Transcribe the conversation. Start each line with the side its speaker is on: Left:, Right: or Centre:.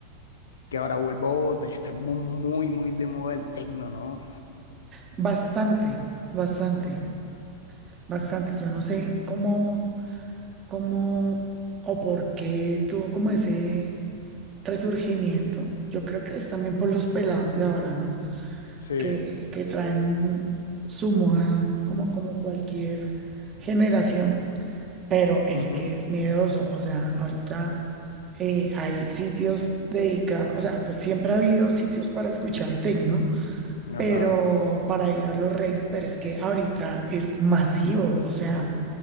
Left: que ahora vuelva a Bogotá. Ya está como muy, muy de moda el tecno, ¿no?
Right: Bastante, bastante, bastante. Yo no sé cómo, cómo o por qué tuvo como ese. Resurgimiento. Yo creo que es también por los pelados de ahora, ¿no?
Left: Sí.
Right: Que, que traen su moda como, como cualquier generación, pero es
Left: Ujú.
Right: que es miedoso. O sea, ahorita eh, hay sitios dedicados, o sea, pues siempre ha habido sitios para escuchar techno,
Left: Ajá.
Right: pero para ir a los raves, pero es que ahorita es masivo. O sea,